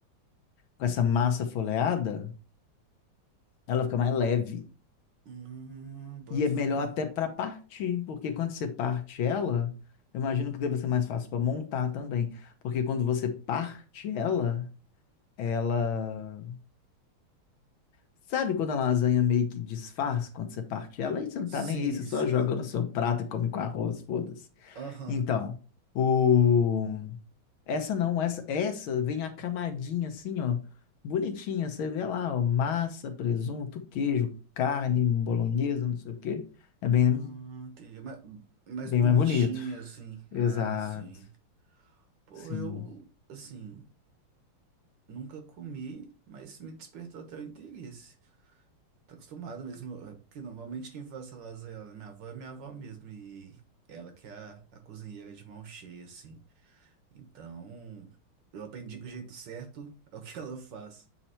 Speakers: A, on the left; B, on the right.
A: com essa massa folheada, ela fica mais leve.
B: Hum, boto
A: E é melhor
B: fé.
A: até para partir, porque quando você parte ela, eu imagino que deve ser mais fácil para montar também, porque quando você parte ela, ela Sabe quando a lasanha meio que desfaz quando você parte ela? Aí você não
B: Sim,
A: tá nem aí, você só
B: sim.
A: joga no seu prato e come com arroz, foda-se.
B: Aham.
A: Então, o... Essa não, essa, essa vem a camadinha assim, ó, bonitinha. Você vê lá, ó, massa, presunto, queijo, carne, bolonhesa, não sei o quê. É bem.
B: Ah, entendi. Mas, mas
A: Bem
B: bonitinha,
A: mais bonito.
B: assim. Ah,
A: Exato.
B: sim. Pô,
A: Sim.
B: eu, assim, nunca comi, mas me despertou até o interesse. Tô acostumado mesmo, é, porque normalmente quem faz essa lasanha lá na minha avó é minha avó mesmo, e ela que é a, a cozinheira de mão cheia, assim. Então, eu aprendi que o jeito certo <laughs> é o que <laughs> ela faz,